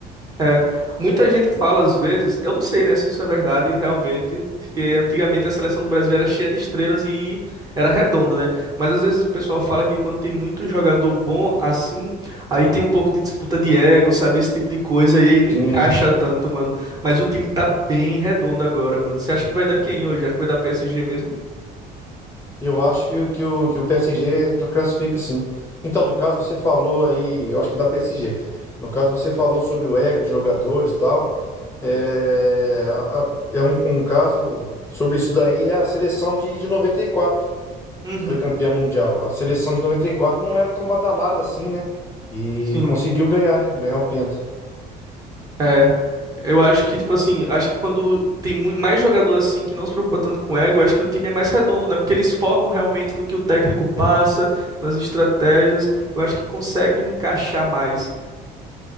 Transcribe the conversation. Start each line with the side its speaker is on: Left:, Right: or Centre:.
Right: É, muita gente fala às vezes, eu não sei, né, se isso é verdade realmente, porque antigamente a seleção do Brasil era cheia de estrelas e era redonda, né? Mas às vezes o pessoal fala que quando tem muito jogador bom assim, aí tem um pouco de disputa de ego, sabe, esse tipo de coisa, e aí não encaixa
Left: Sim.
Right: tanto, mano. Mas o time tá bem redondo agora, mano. Você acha que vai dar quem hoje? Acha que vai dar PSG mesmo?
Left: Eu acho que, que, o, que o PSG cla- classifica sim. Então, no caso, você falou aí, eu acho que da PSG. No caso, você falou sobre o ego dos jogadores e tal. É, a- a- é um, um caso sobre isso daí é a seleção de, de 94,
Right: Uhum,
Left: que foi campeã mundial. A seleção de 94 não era tão badalada assim, né? E
Right: sim.
Left: conseguiu ganhar, né? Ganhar o Penta.
Right: É, Eu acho que, tipo assim, acho que quando tem mui- mais jogador assim que não se preocupa tanto com ego, acho que o time é mais redondo, né? Porque eles focam realmente no que o técnico passa, nas estratégias. Eu acho que conseguem encaixar mais.